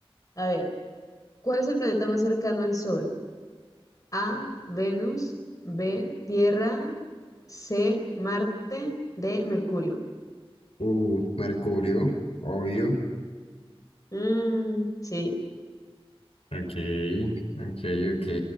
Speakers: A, on the left; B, on the left.
A: A ver, ¿cuál es el planeta más cercano al Sol? A, Venus, B, Tierra, C, Marte, D, Mercurio.
B: Uh, Mercurio. Obvio.
A: Mm, sí.
B: Ok, ok, ok.